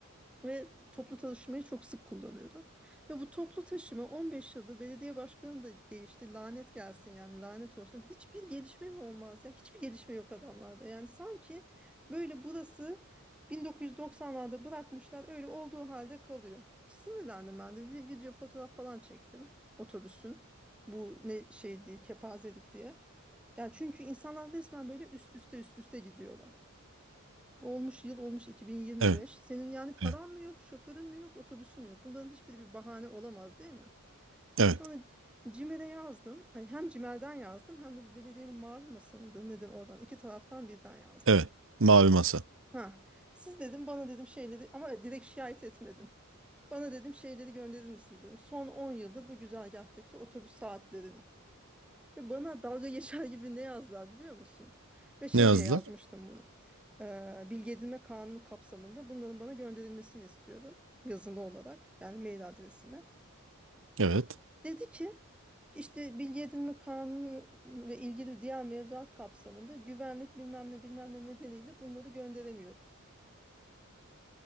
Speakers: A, in the centre; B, on the right (about 60°).
A: Ve toplu taşımayı çok sık kullanıyordum. Ve bu toplu taşıma 15 yıldır belediye başkanı da değişti. Lanet gelsin yani lanet olsun. Hiçbir gelişme mi olmaz ya? Hiçbir gelişme yok adamlarda. Yani sanki böyle burası 1990'larda bırakmışlar öyle olduğu halde kalıyor. Sinirlendim ben de bir video fotoğraf falan çektim otobüsün. Bu ne şeydi kepazelik diye. Yani çünkü insanlar resmen böyle üst üste üst üste gidiyorlar. Olmuş yıl olmuş 2025.
B: Evet,
A: Senin yani paran
B: evet,
A: mı yok, şoförün mü yok, otobüsün mü yok? Bunların hiçbiri bir bahane olamaz değil mi?
B: evet,
A: Sonra C- yazdım. Ay, Hem CİMER'den yazdım hem de bu belediyenin mavi masa mıdır nedir oradan. iki taraftan birden yazdım.
B: evet. Mavi masa.
A: S- Ha, siz dedim bana dedim şeyleri ama direkt şikayet etmedim. Bana dedim şeyleri gönderir misin dedim. Son 10 yıldır bu güzergahtaki otobüs saatlerini. Ve bana dalga geçer gibi ne yazdılar biliyor musun? Ve şey
B: Ne yazdılar?
A: diye yazmıştım bunu. Ee, bilgi edinme kanunu kapsamında bunların bana gönderilmesini istiyordum. Yazılı olarak yani mail adresime.
B: Evet.
A: Dedi ki işte bilgi edinme kanunu ve ilgili diğer mevzuat kapsamında güvenlik bilmem ne bilmem ne nedeniyle bunları gönderemiyoruz.